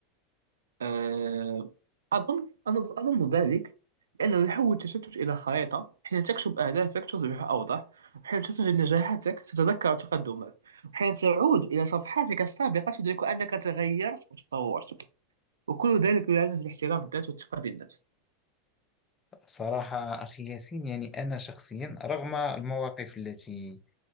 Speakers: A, on the right; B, on the left.
A: آه، أظن أظن أظن ذلك لأنه يحول التشتت إلى خريطة حين تكتب أهدافك تصبح أوضح وحين تسجل نجاحاتك تتذكر تقدمك وحين تعود إلى صفحاتك السابقة تدرك أنك تغيرت وتطورت وكل ذلك يعزز الاحترام بالذات والثقة بالنفس
B: صراحة أخي ياسين يعني أنا شخصيا رغم المواقف التي